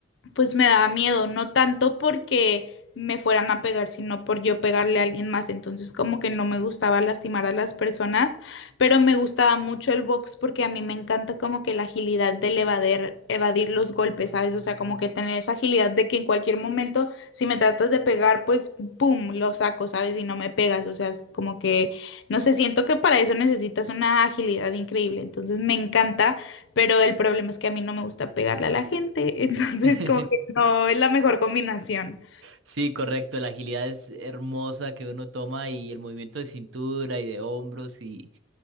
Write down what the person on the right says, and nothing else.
<laughs>
Sí, correcto, la agilidad es hermosa que uno toma y el movimiento de cintura y de hombros y,